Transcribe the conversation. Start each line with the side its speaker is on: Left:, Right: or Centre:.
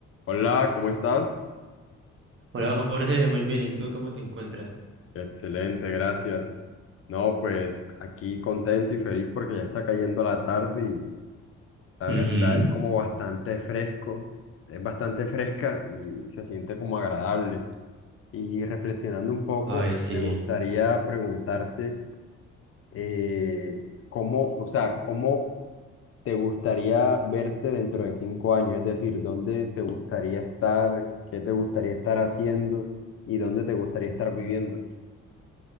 Left: Hola, ¿cómo estás?
Right: Hola Jorge, muy bien. ¿Y tú cómo te encuentras?
Left: Excelente, gracias. No, pues aquí contento y feliz porque ya está cayendo la tarde y la
Right: Ujú.
Left: verdad es como bastante fresco, es bastante fresca y se siente como agradable. Y reflexionando un poco,
Right: Ay, sí.
Left: me gustaría preguntarte eh, cómo, o sea, cómo te gustaría verte dentro de cinco años, es decir, dónde te gustaría estar, qué te gustaría estar haciendo y dónde te gustaría estar viviendo.